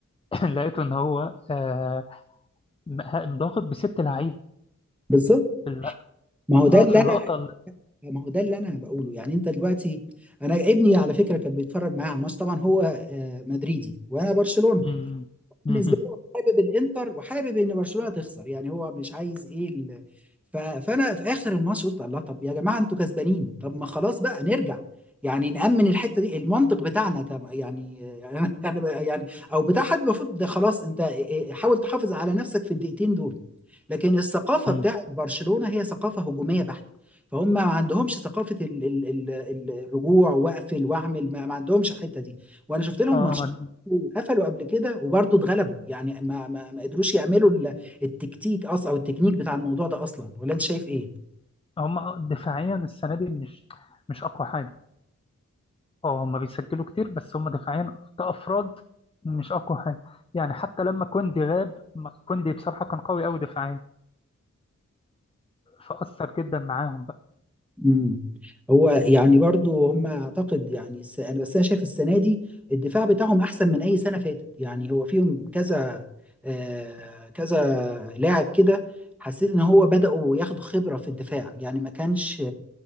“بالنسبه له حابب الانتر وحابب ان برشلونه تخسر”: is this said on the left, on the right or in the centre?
Centre